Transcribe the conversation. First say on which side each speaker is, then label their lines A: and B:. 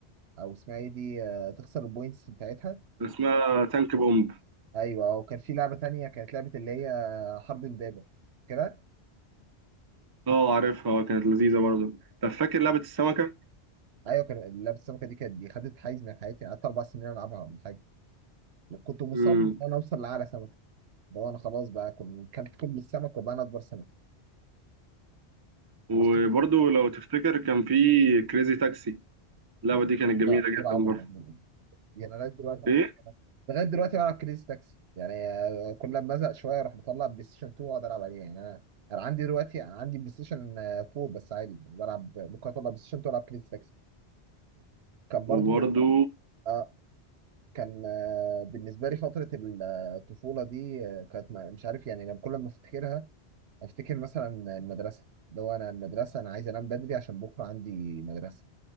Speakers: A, on the right; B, on the right.
A: او اسمها ايه دي آه، تخسر البوينتس بتاعتها
B: اسمها تانك بومب
A: ايوه وكان في لعبه تانية كانت لعبه اللي هي حرب البابا كده
B: اه عارفها اه كانت لذيذة برضه طب فاكر لعبة السمكة؟
A: ايوه كان لعبه السمكه دي كانت دي خدت حيز من حياتي قعدت اربع سنين العبها ولا حاجه كنت مصمم
B: امم
A: ان انا اوصل لاعلى سمكه اللي هو انا خلاص بقى كنت كلت كل السمك وبقى انا اكبر سمكه
B: وبرضه
A: بس كده
B: لو تفتكر كان في كريزي تاكسي اللعبة دي
A: مش
B: كانت جميلة
A: بقى كتير
B: جدا
A: عظمه
B: برضه
A: يعني لغايه دلوقتي
B: ايه
A: لغايه دلوقتي بلعب كريزي تاكسي يعني آه، كل ما ازهق شويه اروح مطلع بلاي ستيشن 2 واقعد العب عليه يعني انا انا عندي دلوقتي عندي بلاي ستيشن آه، 4 بس عادي بلعب ممكن اطلع بلاي ستيشن 2 والعب كريزي تاكسي كان برضو
B: وبرضه
A: آه، كان آه، بالنسبه لي فتره الطفوله دي آه، كانت ما- مش عارف يعني انا كل ما افتكرها افتكر مثلا المدرسه اللي هو انا المدرسه انا عايز انام بدري عشان بكره عندي مدرسه